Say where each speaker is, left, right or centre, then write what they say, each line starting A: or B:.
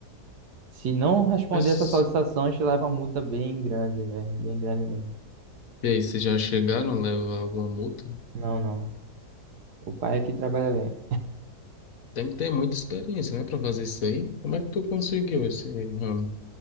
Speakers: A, on the right (about 75°); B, on the left (about 60°).
A: Se não responder
B: Mas,
A: essa solicitação, a gente leva uma multa bem grande, velho. Bem grande mesmo.
B: e aí, vocês já chegaram a levar alguma multa?
A: Não, não. O pai aqui trabalha bem.
B: Tem que ter muita experiência, né, pra fazer isso aí. Como é que tu conseguiu esse ramo?